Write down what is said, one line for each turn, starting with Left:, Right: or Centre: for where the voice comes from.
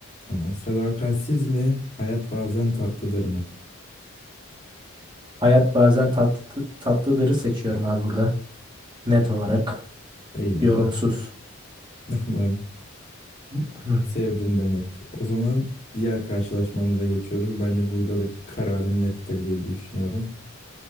Left: Tamam. Sadakatsiz mi? Hayat bazen tatlıdır mı?
Right: Hayat bazen tatlı, tatlıları seçiyorum abi burada. Net olarak.
Left: İyi.
Right: Yorumsuz.
Left: <laughs> Tamam.
Right: Hı,
Left: Sevdin demek. O zaman diğer karşılaşmamıza geçiyoruz. Bence burada da kararın nettir diye düşünüyorum.